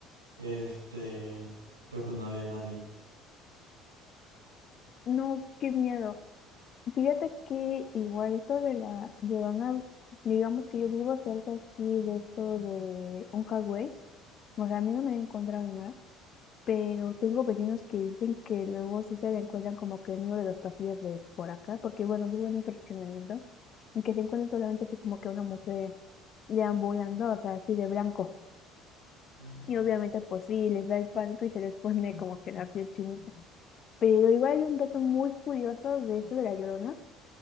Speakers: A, on the right; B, on the left.
A: Este, pero pues no había nadie.
B: No, qué miedo. Fíjate que igual esto de la Llorona, digamos que yo vivo cerca aquí de esto de un highway, o sea, a mí no me he encontrado ni nada, pero tengo vecinos que dicen que luego sí se la encuentran como que en uno de los pasillos de por acá, porque bueno, vivo en un fraccionamiento, y que se encuentra solamente así como que una mujer deambulando, o sea, así de blanco.
A: Mm.
B: Y obviamente pues sí, les da el pánico y se les pone como que la piel chinita. Pero igual hay un dato muy curioso de esto de la Llorona